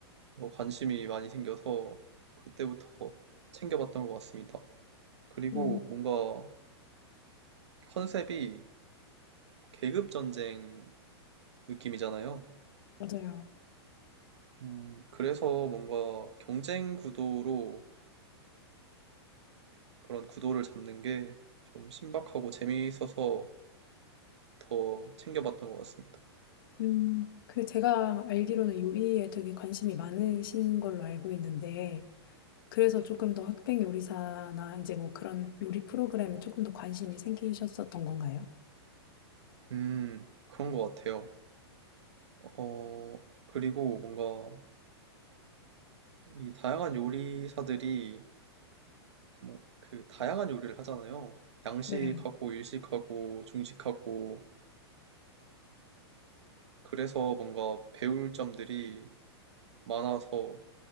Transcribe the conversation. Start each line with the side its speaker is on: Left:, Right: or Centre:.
Right: 뭐 관심이 많이 생겨서 그때부터 챙겨봤던 것 같습니다. 그리고
Left: 오
Right: 뭔가 컨셉이 계급 전쟁 느낌이잖아요.
Left: 맞아요.
Right: 음, 그래서 뭔가 경쟁 구도로 그런 구도를 잡는 게 좀 신박하고 재미있어서 더 챙겨봤던 것 같습니다.
Left: 음, 그 제가 알기로는 요리에 되게 관심이 많으신 걸로 알고 있는데, 그래서 조금 더 흑백 요리사나 이제 뭐 그런 요리 프로그램에 조금 더 관심이 생기셨었던 건가요?
Right: 음, 그런 것 같아요. 어, 그리고 뭔가 이 다양한 요리사들이 뭐 그 다양한 요리를 하잖아요. 양식하고
Left: 네.
Right: 일식하고 중식하고 그래서 뭔가 배울 점들이 많아서